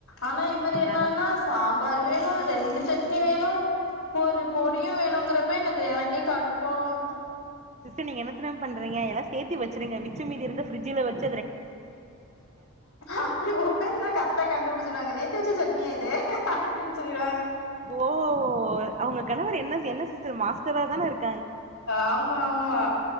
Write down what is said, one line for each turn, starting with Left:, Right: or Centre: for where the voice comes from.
Left: ஆனா இவர்
Right: அதான்
Left: என்னான்னா
Right: அதான்
Left: சாம்பாரு வேணு ரெண்டு சட் னி வேணு ஒரு பொடியு வேணுங்குற ப்ப எனக்கு எனக்கே கடுப்பாவு
Right: சிஸ்டர் நீங்க என்ன தெரிம பண்றீங்க எல்லா சேத்தி வச்சுருங்க மிச்ச மீதி இருந்தா ஃபிரிட்ஜில வச்
Left: அப்பிடி ஒப்பேத்துனா கரட்டா கண்டுபுடுச்சுட்வாங்க நேத்து வச்ச சட் னி அது அப்டின் சொல்லிடுவாங்க
Right: ஓ அவங்க கணவர் என்ன என்ன சிஸ்டர் மாஸ் தான இருக்
Left: ஆமா ஆமா